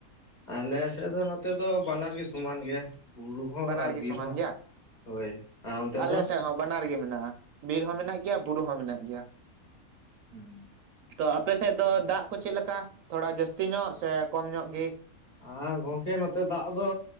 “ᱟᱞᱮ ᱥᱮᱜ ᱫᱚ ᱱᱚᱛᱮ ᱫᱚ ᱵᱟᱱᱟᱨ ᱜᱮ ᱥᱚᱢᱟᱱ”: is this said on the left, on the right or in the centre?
Left